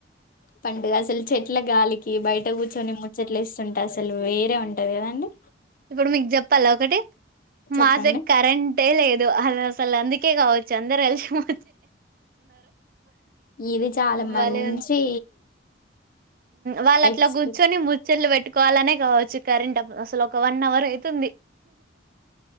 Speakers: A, on the left (about 50°); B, on the right (about 50°).
A: పండుగ అసలు చెట్ల గాలికి బయట కూర్చొని ముచ్చట్లు వేస్తుంటా అసలు వేరే ఉంటది కదండి.
B: ఇప్పుడు మీకు చెప్పాలా ఒకటి మా
A: చెప్పండి
B: సైడ్ కరెంట్ చేయలేదు అ అసలు అందుకే కావచ్చు అందరు కలిసి మ
A: ఇది చాలా మంచి
B: భలే వాళ్ళు అట్లా
A: ఎక్స్పీరియన్స్
B: కూర్చొని ముచ్చళ్లు పెట్టుకోవాలనే కావచ్చు కరెంట్ వా అసలు ఒక వన్ అవర్ అయితుంది